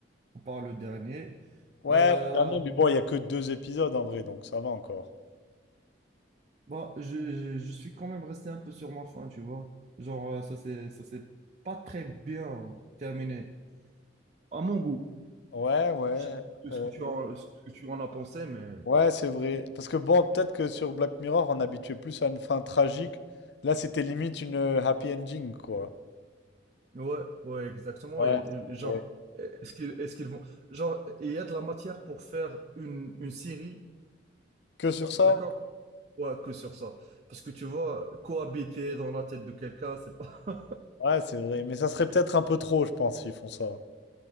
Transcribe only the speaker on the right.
À part le dernier,
euh,
bah, je, je, je suis quand même resté un peu sur ma faim, tu vois. Genre, euh, ça c'est, ça s'est pas très bien terminé, à mon goût.
Je sais pas
ce que tu en, ce que tu en as pensé, mais...
Ouais, ouais, exactement.
Et, et genre,
est-ce qu'ils, est-ce qu'ils vont. Genre, et il y a de la matière pour faire une, une série,
d'accord? Ouais, que sur ça. Parce que tu vois, cohabiter dans la tête de quelqu'un, c'est pas. <laughs>